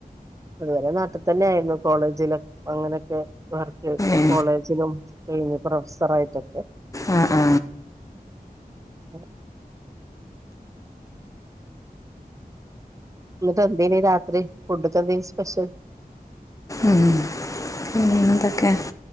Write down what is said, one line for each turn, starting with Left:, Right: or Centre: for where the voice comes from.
Right: അതുവരെ നാട്ടിൽ തന്നെ ആയിരുന്നു കോളേജിലും അങ്ങനൊക്കെ വർക്ക്
Left: ഏ
Right: കോളേജിലും കഴിഞ്ഞ് പ്രൊഫസറായിട്ടൊക്കെ
Left: ആ ആ
Right: <inaudible> ന്നിട്ട് എന്തേന്നു രാത്രി ഫുഡ്‌ <unintelligible> സ്പെഷ്യൽ
Left: ഉം പിന്നെന്തൊക്കെ